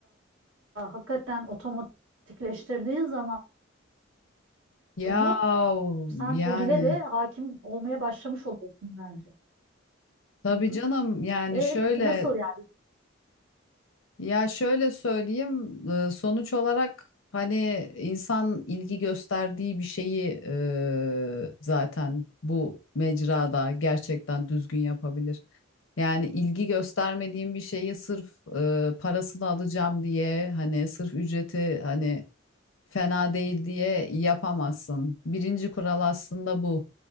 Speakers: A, on the right (about 80°); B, on the left (about 75°).
A: hakikaten otomatikleştirdiğin zaman
B: Ya
A: bunu sen
B: yani
A: o dile de hakim olmaya başlamış oluyorsun bence.
B: tabii
A: Hı hı.
B: canım yani
A: E,
B: şöyle
A: peki nasıl yani?
B: ya şöyle söyleyeyim e, sonuç olarak hani insan ilgi gösterdiği bir şeyi e, zaten bu mecrada gerçekten düzgün yapabilir. Yani ilgi göstermediğim bir şeyi sırf e, parasını alacağım diye hani sırf ücreti hani fena değil diye yapamazsın. Birinci kural aslında bu.